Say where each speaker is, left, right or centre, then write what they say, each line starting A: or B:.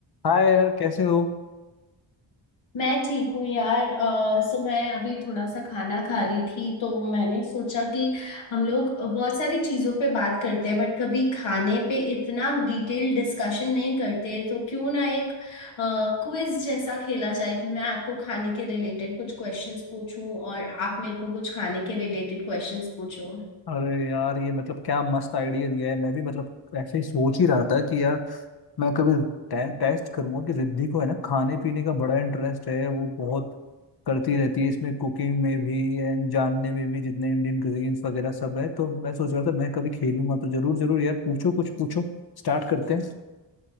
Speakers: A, on the left; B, on the left.
A: हाय यार कैसे हो
B: मैं ठीक हूँ यार अ, सो मैं अभी थोड़ा सा खाना खा रही थी तो मैंने सोचा कि हम लोग बहुत सारी चीज़ों पे बात करते हैं बट कभी खाने पे इतना डिटेल डिस्कशन नहीं करते तो क्यों ना एक क्विज जैसा खेला जाए कि मैं आपको खाने के रिलेटेड कुछ क्वेश्चंस पूछूं और आप मेरे को कुछ खाने के रिलेटेड क्वेश्चंस पूछो
A: अरे यार ये मतलब क्या मस्त आइडिया दिया है मैं भी मतलब ऐसे ही सोच ही रहा था कि यार मैं कभी टे, टेस्ट करूंगा कि रिद्धि को है ना खाने पीने का बड़ा इंटरेस्ट है वो बहुत करती रहती है इसमें कुकिंग में भी एंड जानने में भी जितने इंडियन क्यूजीन्स वगैरह सब है तो मैं सोच रहा था मैं कभी खेलूंगा तो जरूर जरूर यार पूछो कुछ पूछो स्टार्ट करते हैं